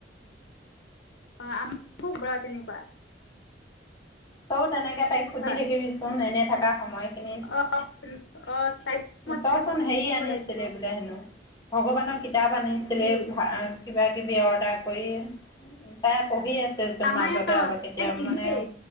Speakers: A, on the left (about 80°); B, on the left (about 25°).
A: অ আমাৰ <unintelligible> তেনেকুৱা।
B: ত‌ইও তেনেকে, তাইক সুধি
A: হয়
B: থাকিবিচোন এনে থকা সময়খিনিত
A: অ', অ', তাইক মই
B: তইচোন হেৰি,
A: দিব
B: আনিছিলি
A: লাগিব
B: বোলে হেনো ভগৱানক, কিতাপ আনিছিলি
A: কি
B: কিবা কিবি অৰ্ডাৰ কৰি। তাই পঢ়ি আছিলচোন
A: ৰামায়ণ
B: মাজতে অলপ এতিয়া
A: আনিলেই।
B: মানে।